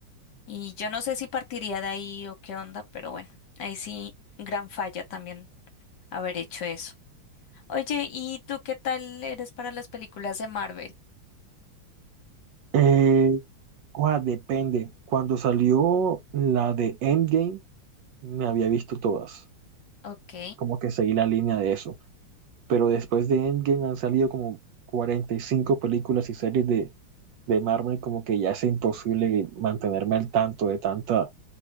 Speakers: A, on the left; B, on the right.
A: Y yo no sé si partiría de ahí o qué onda, pero bueno, ahí sí, gran falla también haber hecho eso. Oye, ¿y tú qué tal eres para las películas de Marvel?
B: eh, Ua, depende. Cuando salió la de Endgame, me había visto todas.
A: Ok,
B: Como que seguí la línea de eso. Pero después de Endgame han salido como 45 películas y series de, de Marvel, como que ya es imposible que- mantenerme al tanto de tanta,